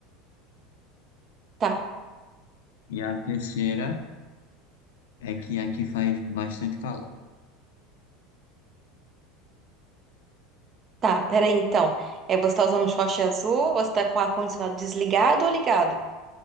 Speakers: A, on the right; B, on the left.
A: tá,
B: E a terceira. É que aqui faz bastante calor.
A: tá. Peraí então. É, você tá usando um short azul, você tá com o ar-condicionado desligado ou ligado?